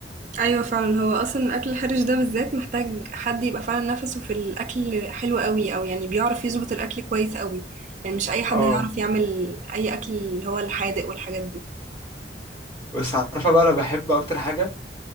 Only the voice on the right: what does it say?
أيوه فعلًا، هو أصلًا الأكل الحرِش ده بالذات محتاج حد يبقى فعلًا نَفَسه في الأكل حلو أوي، أو يعني بيعرف يضبط الأكل كويس أوي، يعني مش أي حد
هيعرف يعمل أي أكل اللي هو الحادق والحاجات دي.